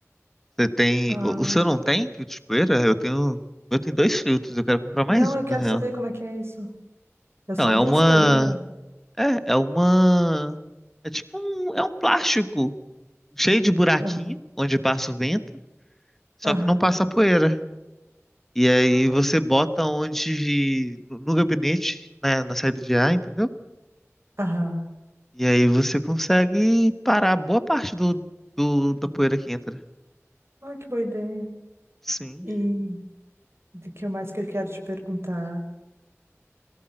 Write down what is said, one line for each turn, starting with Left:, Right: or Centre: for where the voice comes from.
Centre: Você tem.
Right: Ah,
Centre: O, o seu não tem filtro de poeira? Eu tenho. Eu tenho dois filtros, eu quero comprar mais
Right: não,
Centre: um,
Right: eu quero
Centre: na real.
Right: saber como é que é isso. Eu
Centre: Então,
Right: só
Centre: é
Right: busco
Centre: uma.
Right: ali na.
Centre: É, é uma. É tipo um. É um plástico cheio de buraquinho,
Right: Aham,
Centre: onde passa o vento, só
Right: aham,
Centre: que não passa a poeira. E aí
Right: ah,
Centre: você bota onde. No, no gabinete, né, na saída de ar, entendeu?
Right: aham.
Centre: E aí você consegue parar boa parte do, do- da poeira que entra.
Right: Ah, que boa ideia.
Centre: Sim.
Right: E de que mais que eu quero te perguntar?